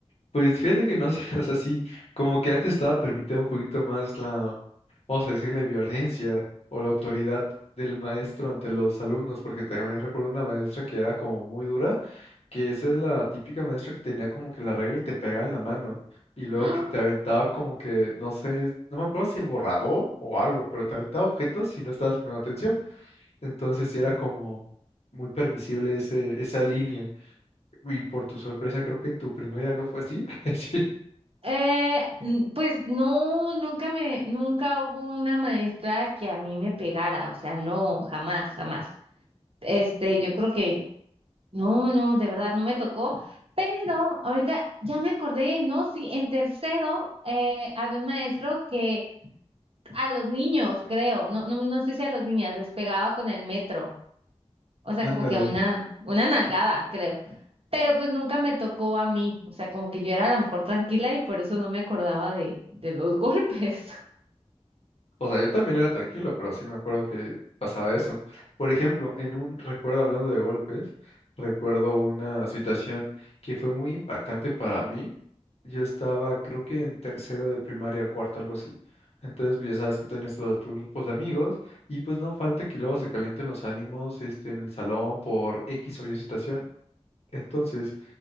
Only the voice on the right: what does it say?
¡Ah!
Eh, n- pues no, nunca me, nunca hubo una maestra que a mí me pegara, o sea, no, jamás, jamás. Este, yo creo que no, no, de verdad no me tocó, pero ahorita ya me acordé, ¿no? Sí, en tercero eh, había un maestro que a los niños, creo, no, no, no sé si a los niñas les pegaba con el metro, o sea,
como que una, una nalgada, creo. Pero pues nunca me tocó a mí, o sea, como que yo era a lo mejor tranquila y por eso no me acordaba de, de los <laughs> golpes.